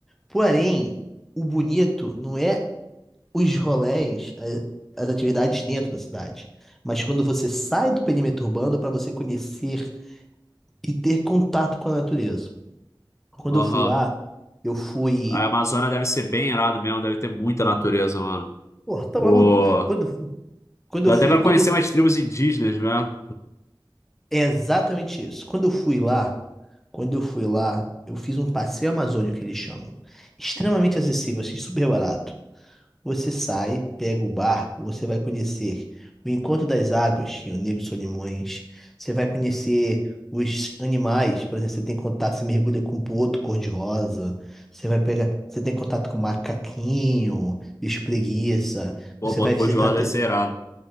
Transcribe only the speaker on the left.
Aham.
A Amazônia deve ser bem irado mesmo, deve ter muita natureza, mano.
Ô,
Dá
até pra
conhecer
umas tribos indígenas, né?
Pô,
Boto
Cor-de-Rosa
deve ser irado.